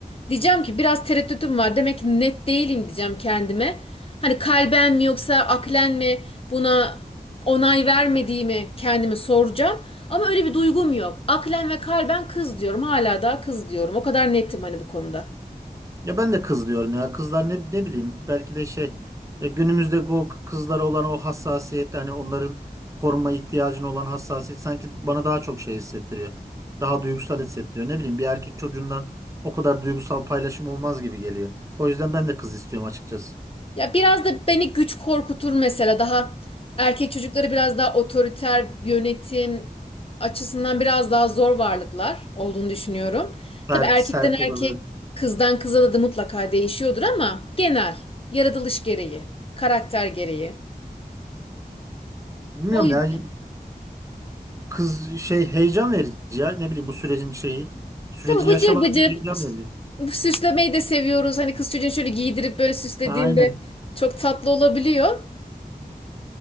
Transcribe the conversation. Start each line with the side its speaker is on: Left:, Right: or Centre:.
Left: Diyeceğim ki biraz tereddütüm var. Demek ki net değilim diyeceğim kendime. Hani kalben mi yoksa aklen mi buna onay vermediğimi kendime soracağım. Ama öyle bir duygum yok. Aklen ve kalben kız diyorum. Hala daha kız diyorum. O kadar netim hani bu konuda.
Right: Ya ben de kız diyorum ya. Kızlar ne, ne bileyim belki de şey e, günümüzde bu kızlara olan o hassasiyet hani onların koruma ihtiyacına olan hassasiyet sanki bana daha çok şey hissettiriyor. Daha duygusal hissettiriyor. Ne bileyim bir erkek çocuğundan o kadar duygusal paylaşım olmaz gibi geliyor. O yüzden ben de kız istiyorum açıkçası.
Left: Ya biraz da beni güç korkutur mesela. Daha erkek çocukları biraz daha otoriter yönetim açısından biraz daha zor varlıklar olduğunu düşünüyorum. Tabii
Right: Sert,
Left: erkekten
Right: sert
Left: erkek,
Right: olabilir.
Left: kızdan kıza da, da mutlaka değişiyordur ama genel yaratılış gereği, karakter gereği.
Right: Bilmiyorum
Left: O yüzden.
Right: ya kız şey heyecan verici ya ne bileyim bu sürecin şeyi süreci
Left: Tabii
Right: yaşamak
Left: bıcır bıcır
Right: bir heyecan
Left: s-
Right: verici.
Left: bu süslemeyi de seviyoruz. Hani kız çocuğunu şöyle giydirip böyle süslediğinde
Right: Ha, Aynen.
Left: çok tatlı olabiliyor.